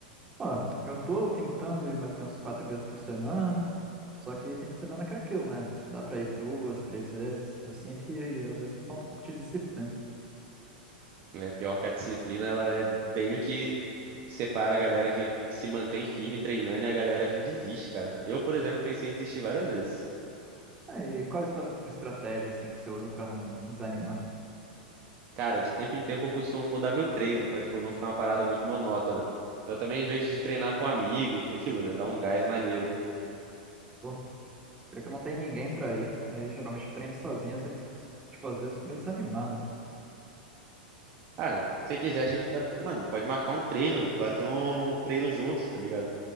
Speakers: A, on the right; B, on the right.
A: Ó, eu tô tentando ir mais ou menos quatro vezes por semana, só que tem semana que é aquilo, né? Dá pra ir duas, três vezes. Eu sinto que às vezes me falta um pouco de disciplina.
B: É pior que a disciplina, ela é bem o que separa a galera que se mantém firme treinando e a galera que desiste, cara. Eu, por exemplo, pensei em desistir várias vezes.
A: Aí, qual é a estra- estratégia, assim, que você usa pra não desanimar?
B: Cara, de tempo em tempo eu costumo mudar meu treino pra, tipo, não ficar uma parada muito monótona. Eu também vejo de treinar com um amigo, que é aquilo, né? Dar um gás maneiro.
A: Pô, pior que eu não tenho ninguém pra ir, aí geralmente eu treino sozinho, às vezes, tipo, às vezes eu fico meio desanimado.
B: Ah, se quiser, a gente tá, mano, pode marcar um treino, bater um um treino junto, tá ligado?